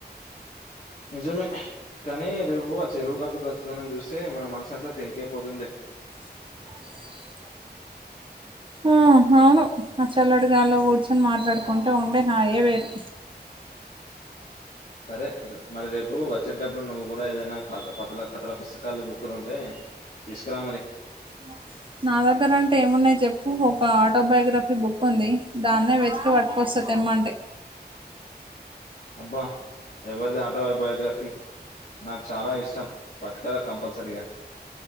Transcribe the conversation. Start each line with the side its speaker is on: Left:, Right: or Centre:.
Left: నిజమే కానీ రేపు ఆ చెరువు గట్టు పచ్చతనం చూస్తే మన మనసు అంతా తేలికైపోతుందిలే.
Right: <inaudible> హు హావ్ ఆ చెల్లటి గాల్లో కూర్చొని మాట్లాడుకుంటే ఉండే హాయే వేరు.
Left: సరే ర్ మరి రేపు వచ్చేటప్పుడు నువ్వు కూడా ఏదైనా కథ పత కథల పుస్తకాలు బుక్కులు ఉంటే తీసుకురా మరి
Right: <inaudible> నా దగ్గర అంటే ఏమున్నాయి చెప్పు ఒక ఆటో బయోగ్రఫీ బుక్ ఉంది దాన్నే వెతికి పట్టుకోస్త్ స్త తెమ్మంటే
Left: <inaudible> అబ్బా ఎవరిది ఆటో బయోగ్రఫీ నాకు చాలా ఇష్టం. పట్టుకరా కంపల్సరీగా.